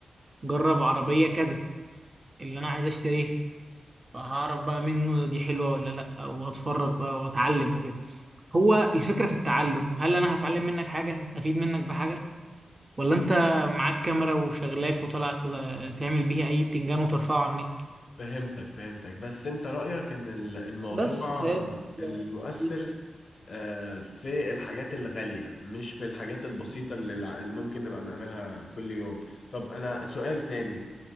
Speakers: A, on the right; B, on the left.
A: جرب عربية كذا اللي انا عايز اشتريها فهعرف بقى منه دي حلوة ولا لا واتفرج بقى واتعلم وكده هو الفكرة في التعلم هل انا هتعلم منك حاجة هستفيد منك بحاجة ولا انت معاك كاميرا وشغلاك وطلعت تعمل بيها اي بتنجان وترفعه على النت
B: فهمتك فهمتك بس انت رأيك ان ال- الموضوع
A: بس فهي
B: المؤثر
A: دي الفكرة.
B: آه، في الحاجات الغالية مش في الحاجات البسيطة اللي الع- اللي ممكن نبقى بنعملها كل يوم طب انا سؤال تاني